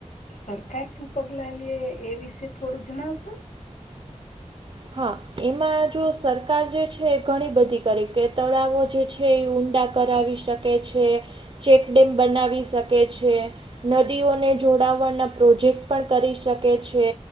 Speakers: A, on the left; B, on the right.
A: સરકાર શું પગલા લે એ વિશે થોડું જણાવશો?
B: હા એમાં જો સરકાર જે છે એ ઘણી બધી કરે કે તળાવો જે છે ઊંડા કરાવી શકે છે, ચેકડેમ બનાવી શકે છે. નદીઓને જોડવાના પ્રોજેક્ટ પણ કરી શકે છે.